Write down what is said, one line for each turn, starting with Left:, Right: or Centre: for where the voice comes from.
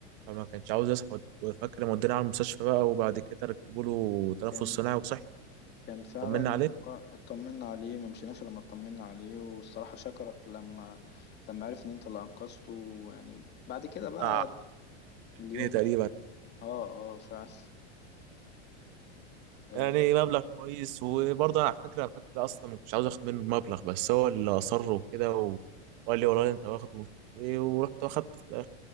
Right: فما كانش عاوز يصحى وفاكر لما ودينا على المستشفى بقى وبعد كده ركبوا له تنفس
Left: كان
Right: صناعي وصحي
Left: كان فعلا
Right: طمنا عليه
Left: هو اطمنا عليه ما مشيناش لما اطمنا عليه والصراحة شكرك لما لما عرف ان انت اللي انقذته يعني بعد كده بقى
Right: بتاع
Left: اليوم
Right: جنيه تقريبا
Left: يعني اه اه فعلا <laughs> فاهم
Right: يعني مبلغ كويس وبرضه انا على فكره فاكر اصلا ما كنتش عاوز اخد منه المبلغ بس هو اللي اصر وكده و- وقال لي والله انت واخده ومش عارف ايه ورحت واخدت في الاخر